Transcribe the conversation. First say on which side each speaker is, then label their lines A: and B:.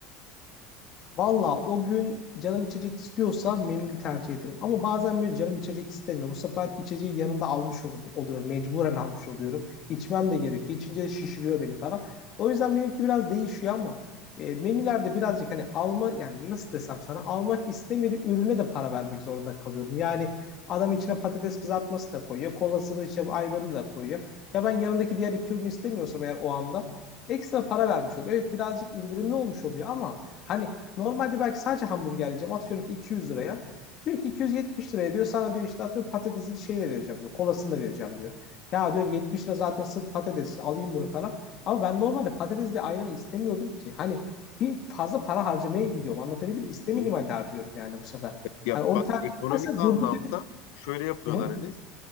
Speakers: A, on the left (about 45°); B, on the left (about 75°).
A: Valla o gün canım içecek istiyorsa menülü tercih ederim. Ama bazen böyle canım içecek istemiyor. Bu sefer içeceği yanında almış ol- oluyorum. Mecburen almış oluyorum. İçmem de gerekiyor. İçince de şişiriyor beni falan. O yüzden benimki biraz değişiyor ama e, menülerde birazcık hani alma yani nasıl desem sana almak istemediğim ürüne de para vermek zorunda kalıyorum. Yani adam içine patates kızartması da koyuyor. Kolasını işte ayranı da koyuyor. Ya ben yanındaki diğer iki ürünü istemiyorsam eğer o anda ekstra para vermiş oluyorum. Evet birazcık indirimli olmuş oluyor ama Hani normalde belki sadece hamburger yiyeceğim. Atıyorum ki 200 liraya. Diyor ki 270 liraya diyor. Sana diyor işte atıyorum patatesini şeyle vereceğim diyor. Kolasını da vereceğim diyor. Ya diyorsun 70 lira zaten sırf patates işte alayım bunu falan. Ama ben normalde patatesle ayranı istemiyordum ki. Hani bir fazla para harcamaya gidiyorum. Anlatabildim mi? İstemediğim
B: <laughs>
A: halde harcıyorum yani bu sefer.
B: Ya
A: Hani onu
B: bak
A: tercih
B: ekonomik
A: edersen
B: anlamda
A: durdur gibi.
B: şöyle yapıyorlar
A: Hı hı.
B: Enes.